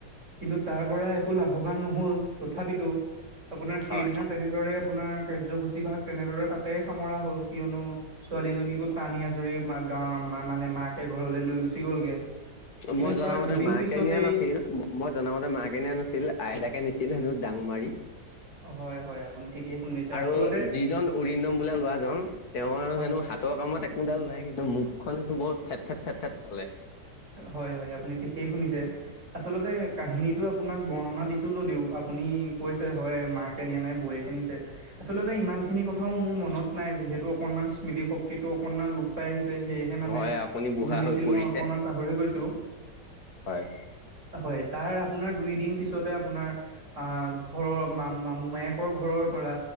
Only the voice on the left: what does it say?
হয়।
মই জনা
মতে
মাকে
নিয়া নাছিল মই জনা মতে মাকে নিয়া নাছিল আইতাক তাকে নিছিল হেনো দাং মাৰি
আৰু
যিজন উৰিন্দম বোলা লৰাজন তেওঁৰ
হেনো হাতৰ কামত একোডাল নাই কিন্তু মুখ খন বহুত ফেট ফেট ফেট ফেট চলে
হয় আপুনি
বুঢ়া
হৈ পৰিছে
হয়